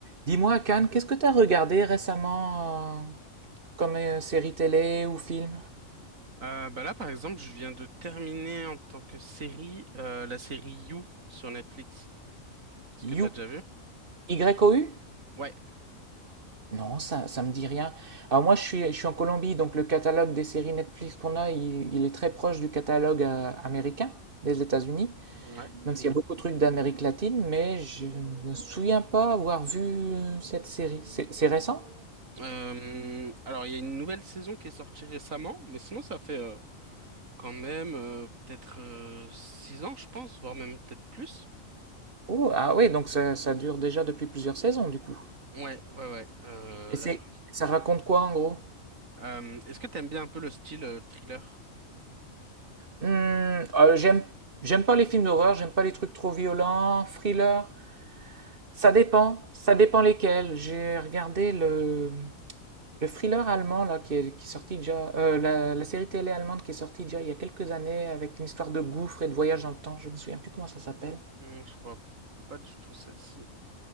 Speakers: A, on the right (about 45°); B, on the right (about 75°).
A: Dis-moi, Cannes, qu'est-ce que tu as regardé récemment euh, comme euh, série télé ou film?
B: Euh, bah là, par exemple, je viens de terminer en tant que série euh, la série You sur Netflix. Est-ce
A: You.
B: que t'as déjà vu?
A: Y O U?
B: Ouais.
A: Non, ça, ça me dit rien. Alors moi, je suis, je suis en Colombie, donc le catalogue des séries Netflix qu'on a, il, il est très proche du catalogue euh, américain des États-Unis,
B: Ouais.
A: même s'il y a beaucoup de trucs d'Amérique latine, mais je ne me souviens pas avoir vu euh, cette série. C'est c'est récent?
B: Euh, alors, il y a une nouvelle saison qui est sortie récemment, mais sinon, ça fait euh, quand même euh, peut-être euh, six ans, je pense, voire même peut-être plus.
A: Oh, ah oui, donc ça, ça dure déjà depuis plusieurs saisons, du coup.
B: Ouais, ouais, ouais. Euh,
A: Et c'est,
B: là, je crois.
A: ça raconte quoi en gros?
B: Euh, est-ce que t'aimes bien un peu le style euh, thriller?
A: Hmm, euh, j'aime, j'aime pas les films d'horreur, j'aime pas les trucs trop violents, thriller. Ça dépend, ça dépend lesquels. J'ai regardé le, le thriller allemand là qui est, qui est sorti déjà, euh, la, la série télé allemande qui est sortie déjà il y a quelques années avec une histoire de gouffre et de voyage dans le temps. Je me souviens plus comment ça s'appelle.
B: Hmm, je vois pas du tout celle-ci.